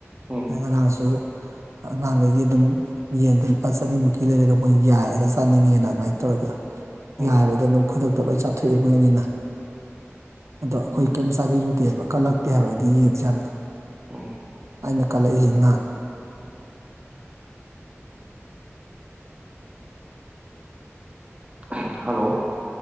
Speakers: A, on the right; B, on the right.
A: ꯎꯝ
B: ꯑꯗꯩ ꯉꯔꯥꯡꯁꯨ ꯑꯉꯥꯡꯒꯩꯒꯤ ꯑꯗꯨꯝ ꯌꯦꯟꯗꯨ ꯂꯨꯄꯥ ꯆꯅꯤꯃꯨꯛꯀꯤ ꯂꯩꯔꯒ ꯃꯣꯏ ꯌꯥꯏꯔꯒ ꯆꯥꯅꯤꯡꯉꯦꯅ ꯑꯗꯨꯃꯥꯏꯅ ꯇꯧꯔꯒ
A: ꯎꯝ
B: ꯌꯥꯏꯕꯗꯣ ꯑꯗꯨꯝ ꯈꯨꯗꯛꯇ ꯂꯣꯏ ꯆꯥꯊꯣꯛꯑꯦ ꯃꯣꯏ ꯑꯅꯤꯅ ꯑꯗꯣ ꯑꯈꯣꯏ
A: ꯎꯝ
B: ꯀꯩꯝ ꯆꯥꯕꯤꯔꯨꯗꯦꯕ ꯀꯜꯂꯛꯇꯦ ꯍꯥꯏꯕ ꯑꯩꯗꯤ ꯌꯦꯡꯁꯦ ꯌꯥꯝꯅ
A: ꯎꯝ
B: ꯑꯩꯅ ꯀꯜꯂꯛꯏꯁꯤ ꯉꯥ
A: ꯍꯜꯂꯣ